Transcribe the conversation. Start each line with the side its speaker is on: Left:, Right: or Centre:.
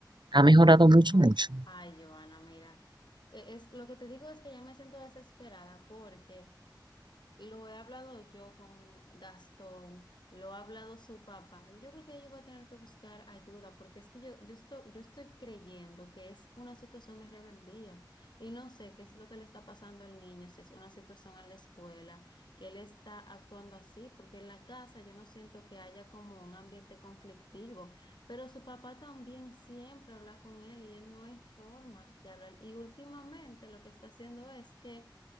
Right: Ha mejorado mucho, mucho.
Left: Ay, Joana, mira, que es, lo que te digo es que ya me siento desesperada porque Lo he hablado yo con Gastón, lo ha hablado su papá. Yo creo que ella va a tener que buscar ayuda porque es que yo, yo estoy, yo estoy creyendo que es una situación de rebeldía y no sé qué es lo que le está pasando al niño, si es una situación en la escuela, que él está actuando así, porque en la casa yo no siento que haya como un ambiente conflictivo, pero su papá también siempre habla con él y él no hay forma de hablar. Y últimamente lo que está haciendo es que...